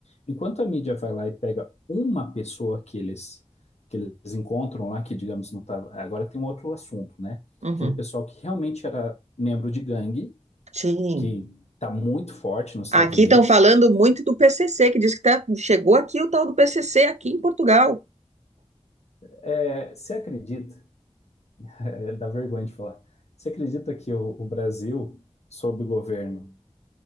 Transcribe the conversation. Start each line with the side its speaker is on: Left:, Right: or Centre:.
Left: enquanto a mídia vai lá e pega uma pessoa que eles, que eles encontram lá, que digamos não tava. Agora tem um outro assunto, né?
Right: Uhum.
Left: Aquele pessoal que realmente era membro de gangue,
Right: Sim.
Left: que tá muito forte nos Estados
Right: Aqui
Left: Unidos.
Right: estão falando muito do PCC, que diz que tá, chegou aqui o tal do PCC aqui em Portugal.
Left: É, você acredita, é, dá vergonha de falar, você acredita que o, o Brasil, sob o governo